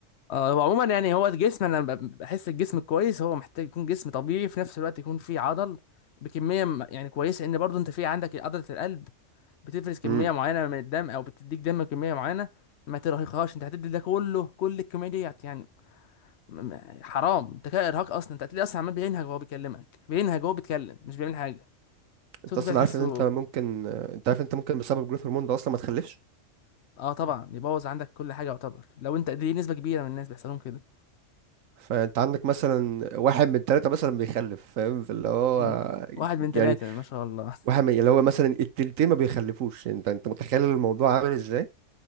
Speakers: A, on the left (about 65°); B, on the right (about 90°).
A: اه هو عموما يعني هو الجسم انا ب- بحس الجسم الكويس هو محتاج يكون جسم طبيعي في نفس الوقت يكون فيه عضل بكميه م- يعني كويسه ان برضو انت في عندك عضله القلب بتفرز كميه
B: إمم.
A: معينه من الدم او بتديك دم كميه معينه ما ترهقهاش انت هتدي ده كله كل الكميه دي يعني م- م- حرام انت كده ارهاق اصلا انت هتلاقيه اصلا عمال بينهج وهو بيكلمك بينهج وهو بيتكلم مش بيعمل حاجه صوته
B: انت اصلا
A: كده تحسه
B: عارف ان انت ممكن انت عارف ان انت ممكن بسبب جروث هرمون ده اصلا ما تخلفش
A: اه طبعا يبوظ عندك كل حاجه يعتبر لو انت دي نسبه كبيره من الناس بيحصلهم كده
B: فانت عندك مثلا واحد من ثلاثة مثلا بيخلف فاهم فاللي هو
A: مم. واحد من ثلاثه
B: يعني
A: ما شاء الله
B: واحد
A: <laughs>
B: من اللي هو مثلا التلتين ما بيخلفوش انت انت متخيل الموضوع عامل ازاي